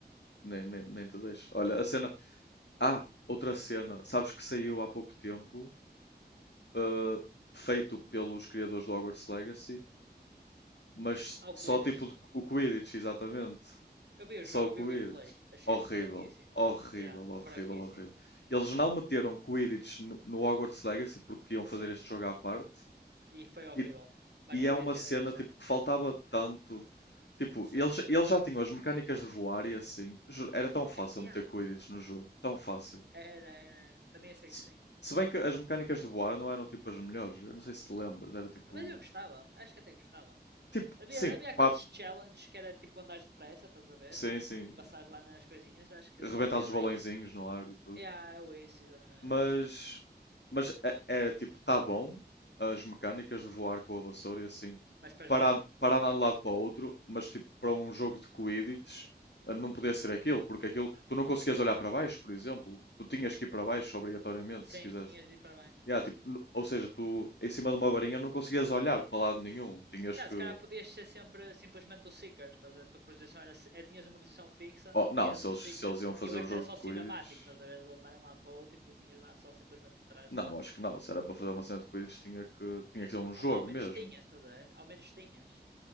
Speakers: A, on the left; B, on the right.
A: Nem, nem, nem te deixo. Olha, a cena. Ah, outra cena. Sabes que saiu há pouco tempo, ah, feito pelos criadores do Hogwarts Legacy Mas
B: Ao
A: só
B: cuides.
A: tipo de- o Quidditch, exatamente.
B: Eu vi o
A: Só
B: jogo,
A: o Quidditch.
B: vi o gameplay. Achei
A: Horrível,
B: fraquíssimo.
A: horrível,
B: Yeah, fraquíssimo.
A: horrível, horrível. Eles não meteram Quidditch no, no Hogwarts Legacy porque iam
B: Sim.
A: fazer este jogo à parte.
B: E foi horrível.
A: E,
B: Mas
A: e
B: valia
A: é uma cena
B: terem deixado.
A: tipo que faltava tanto. Tipo,
B: Sim.
A: eles, eles já tinham as mecânicas de voar e assim. Ju- Era tão fácil
B: É, yeah.
A: meter Quidditch no jogo. Tão fácil.
B: Era, era, era. Também achei
A: Se,
B: que sim.
A: se bem que as mecânicas de voar não eram tipo as melhores. Eu não sei se te lembras. Era tipo.
B: Ah, Mas eu gostava. Acho que até gostava.
A: Tipo,
B: Havia,
A: sim,
B: havia aqueles
A: pá,
B: challenges que era tipo andares depressa, estás a ver?
A: sim, sim.
B: E passares lá nas coisinhas, acho que se
A: Arrebentar
B: fazia
A: os
B: bem.
A: balõezinhos no ar e tudo.
B: É, Yeah, é o isso, exatamente.
A: Mas, mas é, é, tipo, tá bom as mecânicas de voar com a vassoura e assim,
B: Mas para
A: para,
B: jogo?
A: a-
B: Hum.
A: para andar de um lado para o outro, mas tipo, para um jogo de Quidditch eh, não podia ser aquilo, porque aquilo, tu não conseguias olhar para baixo, por exemplo, tu tinhas que ir para baixo obrigatoriamente,
B: Sim,
A: se quisesse.
B: tinhas de ir para baixo.
A: Yeah, tipo, n- ou seja, tu em cima de uma varinha não conseguias olhar para lado nenhum, tinhas
B: Cara,
A: que.
B: se calhar podias ser sempre simplesmente o Seeker, estás a ver? A tua posição era. é, Tinhas uma posição fixa
A: Oh, não,
B: e eras
A: se
B: o
A: eles,
B: Seeker
A: se eles iam fazer
B: e o resto
A: o jogo
B: era só
A: de Quidditch,
B: cinemático, estás a ver? Eles andarem de um lado para o outro e tu tinhas de andar só simplesmente atrás
A: não,
B: da.
A: acho que não, se era para fazer uma cena de Quidditch, tinha que, tinha que ser um jogo
B: Ah pá, ao menos
A: mesmo.
B: tinhas, estás a ver? Ao menos tinhas.